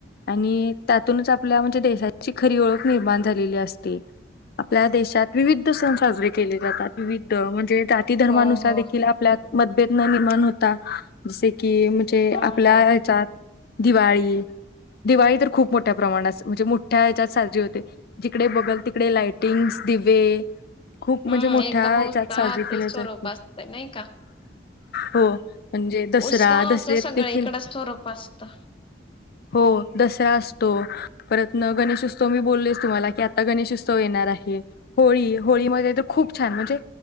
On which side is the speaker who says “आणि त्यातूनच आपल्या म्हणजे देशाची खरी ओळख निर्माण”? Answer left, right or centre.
Left